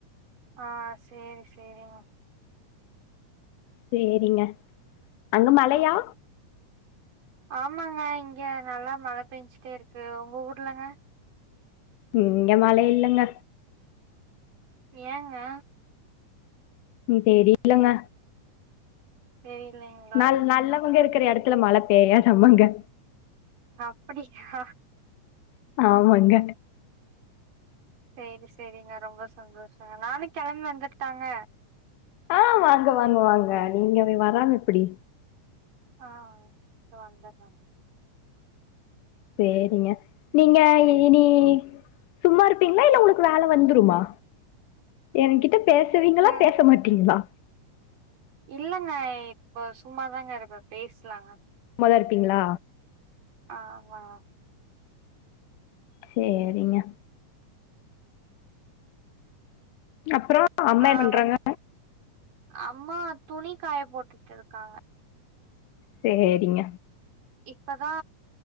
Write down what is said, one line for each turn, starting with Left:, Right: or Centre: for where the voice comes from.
Right: ஆ சேரி சேரிங்க
Left: சேரிங்க அங்க மழையா
Right: ஆமாங்க இங்க நல்லா மழ பேஞ்டே இருக்கு உங்க ஊர்லங்க
Left: இங்க மழ இல்லங்க
Right: ஏங்க
Left: ம் தெரிலங்க
Right: தெரிலங்க
Left: நாலு நல்லவங்க இருக்கற எடத்துல மழ பேய்யாதாமாங்க
Right: அப்டியா
Left: ஆமாங்க
Right: சேரி சேரிங்க ரொம்ப சந்தோஷங்க நானு கெளம்பி வந்துர்ட்டாங்க
Left: ஆ வாங்க வாங்க வாங்க நீங்க வே வராம எப்டி
Right: ஆ வந்தரங்
Left: சேரிங்க நீங்க இனி நீ சும்மா இருப்பீங்ளா இல்ல உங்குளுக்கு வேல வந்துருமா எங்கிட்ட பேசுவீங்களா
Right: இது
Left: பேச மாட்டீங்ளா
Right: இல்லங்க இப்போ சும்மாதாங்க இருப்ப பேசலாங்க
Left: நல்லாருக்கீங்களா
Right: ஆமா
Left: சேரிங்க அப்றோ அம்மா
Right: ஆ
Left: என்ன பண்றாங்க
Right: வந் அம்மா துணி காய போட்டுட்ருக்காங்க
Left: சேரிங்க
Right: இப்பதா